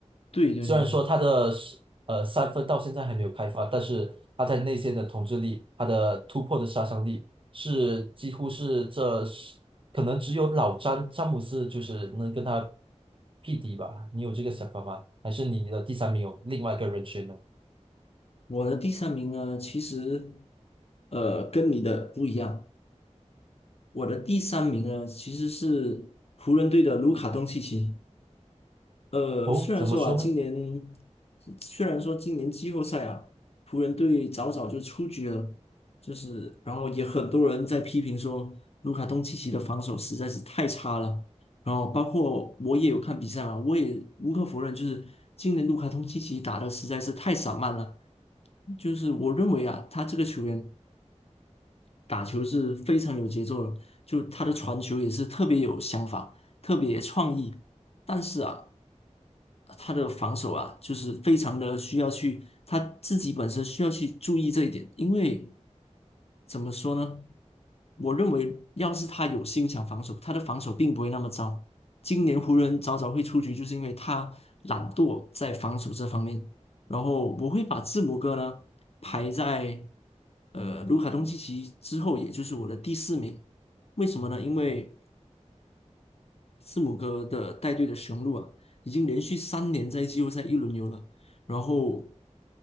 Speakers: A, on the left; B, on the right.
A: 对对对，
B: 虽然说他的是呃三分到现在还没有开发，但是他在内线的统治力，他的突破的杀伤力是几乎是这是可能只有老詹詹姆斯就是能跟他匹敌吧？你有这个想法吗？还是你的第三名有另外一个人选呢？
A: 我的第三名呢，其实呃跟你的不一样。我的第三名呢，其实是湖人队的卢卡东契奇。呃，
B: 哦，
A: 虽然说啊，
B: 怎么说呢？
A: 今年虽然说今年季后赛啊，湖人队早早就出局了，就是然后也很多人在批评说卢卡东契奇的防守实在是太差了。然后包括我也有看比赛嘛，我也无可否认，就是今年卢卡东契奇打的实在是太散漫了。就是我认为啊，他这个球员。打球是非常有节奏的，就他的传球也是特别有想法，特别创意。但是啊，他的防守啊，就是非常的需要去，他自己本身需要去注意这一点，因为怎么说呢？我认为要是他有心想防守，他的防守并不会那么糟。今年湖人早早会出局，就是因为他懒惰在防守这方面。然后我会把字母哥呢排在呃卢卡东契奇之后，也就是我的第四名。为什么呢？因为字母哥的带队的雄鹿啊，已经连续三年在季后赛一轮游了，然后